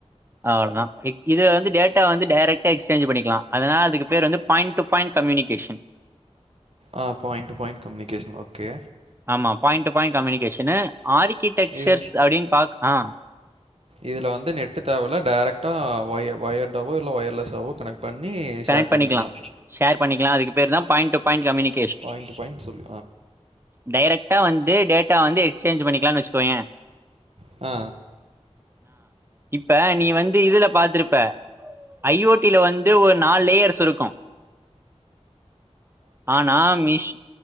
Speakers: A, on the right; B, on the right.
A: அவ்ளோதா இ இது வந்து டேட்டா வந்து டைரெக்டாக எக்சேஞ்ச் பண்ணிக்கலா அதனால அதுக்கு பேர் வந்து பாயிண்ட் டு பாயிண்ட் கம்யூனிகேஷன்
B: ஆ point to point communication okay
A: ஆமா பாயிண்ட் டு பாயிண்ட் கம்யூனிகேஷனு ஆர்கிடெக்சர்ஸ்
B: இது
A: அப்டின்னு பாக் அ
B: இதுல வந்து நெட்டு தேவ இல்ல டைரக்டா ஒயர் ஒயர்டாவோ இல்ல ஒயர்லெஸ்ஸாவோ கனெக்ட் பண்ணி
A: கனெக்ட்
B: ஷேர் பண்ணிக்கலா
A: பண்ணிக்கலாம் ஷேர் பண்ணிக்லா அதுக்கு பேர்தா பாயிண்ட டு பாயிண்ட கம்யூனிக்
B: பாயிண்ட் டூ பாயிண்ட் சொல்
A: டைரெக்டாக வந்து டேட்டா வந்து எக்ஸ்சேஞ்ச் பண்ணிக்கலான் வெச்சுக்கோயே
B: ஆ
A: இப்ப நீ வந்து இதுல பாத்துருப்ப ஐ ஓ டி ல வந்து ஒரு நாலு லேயர்ஸ் இருக்கு ஆனா மிஷ்